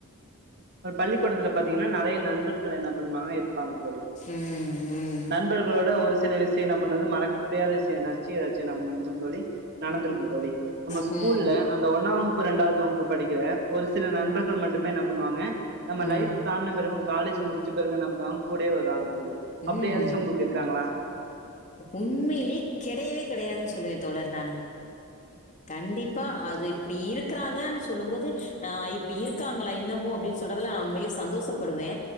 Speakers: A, on the right; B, on the left.
A: ஒரு பள்ளிக்கூடத்துல பாத்தீங்கன்னா நெறைய நண்பர்கள் என்னப் ஒன்னாவே இருப்பாங்க தோழி
B: ம். ம்.
A: நண்பர்களோட ஒருஸ் சில விஷ்யோ என்ன பண்ணுது மறக்க முடியாத விஷ்யோ என்னாச்சு எதாச்சுன்னா <unintelligible> தோழி நடந்துரு க்குந் தோழி நம்ம ஸ்கூல்ல
B: ம்.
A: அந்த ஒன்னா வகுப் இரண்டாவது வகுப்பு படிக்கிற ஒரு சில நண்பர்கள் மட்டுமே என்ன பண்ணுவாங்க நம்ம
B: ம்.
A: லைஃப் தான்ன பிறகு காலேஜ் முடுச்ச பெறகு என்ன பண்ணுவாங்க கூடயே வருவாங்க தோழி அப்படியாச்சு
B: ம்
A: உங்களுக்கு இருக்காங்களா
B: உண்மையிலயே கெடையவே கெடையாதுன்ஸ் சொல்லுவே தோழர் நானு கண்டிப் ப்பா
A: தோழி
B: அது இப்டி இருக்குறாங்கன் சொல்லும்போது அ இப்டி இருக்காங்களா இன்னமு அப்டின் சொல்ரதுல்லா உண்மையிலயே சந்தோஷப்படுவே